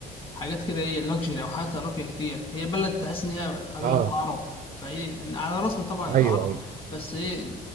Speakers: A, on the left (about 30°); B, on the right (about 50°).
A: حاجات كده ايه لوكسجري او حتى راقيه كتير هي بلد تحس ان هي اغلبها
B: اه
A: عرب فايه إن على راسنا طبعا
B: ايوه
A: العرب
B: ايوه
A: بس ايه